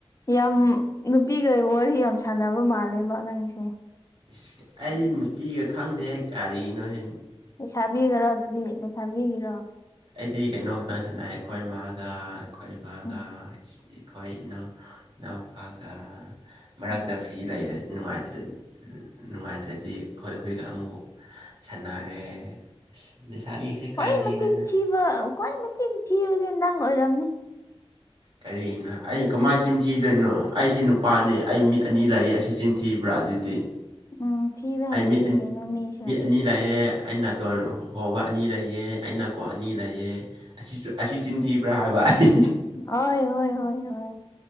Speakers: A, on the left; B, on the right.
A: ꯌꯥꯝ ꯅꯨꯄꯤꯒ ꯋꯥꯔꯤ ꯌꯥꯝ ꯁꯥꯟꯅꯕ ꯃꯥꯜꯂꯦꯕ ꯅꯪꯁꯦ
B: ꯏꯁ ꯑꯩꯗꯤ ꯅꯨꯄꯤꯒ ꯈꯪꯗꯦꯍꯦ ꯀꯔꯤꯅꯣ ꯍꯦ
A: ꯂꯩꯁꯥꯕꯤꯒꯔꯣ ꯑꯗꯨꯗꯤ ꯂꯩꯁꯥꯕꯤꯒꯤꯔꯣ
B: ꯑꯩꯗꯤ ꯀꯩꯅꯣ ꯈꯛꯇꯪ ꯁꯥꯟꯅ ꯑꯩꯈꯣꯏ ꯏꯃꯥꯒ ꯑꯩꯈꯣꯏ ꯕꯥꯒ
A: ꯎꯝ
B: ꯑꯩꯈꯣꯏ ꯏꯅꯥꯎ ꯏꯅꯥꯎꯄꯥꯒ ꯃꯔꯛꯇ
A: ꯎꯝ
B: ꯐ꯭ꯔꯤ ꯂꯩꯔꯦ ꯅꯨꯡꯉꯥꯏꯇ꯭ꯔ ꯅꯨꯡꯉꯥꯏꯇ꯭ꯔꯗꯤ ꯑꯩꯈꯣꯏ ꯍꯨꯏꯒ ꯑꯃꯨꯛ ꯁꯅꯔꯦ ꯑ ꯂꯩꯁꯥꯔꯤꯁꯦ
A: ꯈ꯭ꯋꯥꯏ
B: ꯀꯥꯏꯗꯅꯗ
A: ꯃꯆꯤꯟ ꯊꯤꯕ ꯈ꯭ꯋꯥꯏ ꯃꯆꯤꯟ ꯊꯤꯕꯁꯦ ꯅꯪ ꯑꯣꯏꯔꯝꯅꯤ
B: ꯀꯔꯤꯅꯣ ꯑꯩ ꯀꯃꯥꯏꯅ ꯆꯤꯟꯊꯤꯗꯣꯏꯅꯣ ꯑꯩꯁꯤ ꯅꯨꯄꯥꯅꯤ ꯑꯩ ꯃꯤꯠ ꯑꯅꯤ ꯂꯩ ꯑꯁꯤ ꯊꯤꯕ꯭ꯔꯥ ꯑꯗꯨꯗꯤ
A: ꯎꯝ ꯊꯤꯕ
B: ꯑꯅꯤ
A: ꯍꯩꯌꯦ ꯀꯩꯅꯣ ꯃꯤꯁꯨ
B: ꯑꯅꯤ ꯂꯩꯌꯦ ꯑꯩ ꯅꯥꯇꯣꯟ ꯍꯣꯕ ꯑꯅꯤ ꯂꯩꯌꯦ ꯑꯩ ꯅꯥꯀꯣꯡ ꯑꯅꯤ ꯂꯩꯌꯦ ꯑꯁꯤꯁꯨ ꯑꯁꯤ ꯆꯤꯟꯊꯤꯕ꯭ꯔꯥ ꯍꯥꯏꯕ ꯑꯩ
A: ꯍꯣꯏ ꯍꯣꯏ ꯍꯣꯏ ꯍꯣꯏ